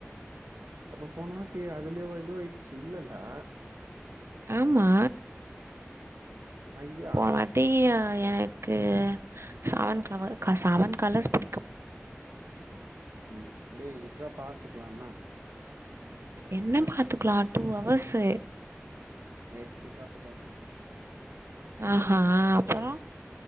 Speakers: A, on the right (about 85°); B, on the right (about 65°).
A: அப்ப போன வாட்டி அதுலேயேவா இது ஆயிடுச்சு இல்லல்ல
B: ஆமா
A: ஐயா
B: போன வாட்டி எனக்கு செவன் க்லவர் செவன் கலர்ஸ் புடிக்கும்
A: ம் டேய் இற்ரா பாத்துக்லா என்னா
B: என்ன பாத்துக்லா டூ அவர்ஸு
A: நேச்சி பாத்துக்கலாம்பா
B: ஆஹ் ஹ அப்பறோ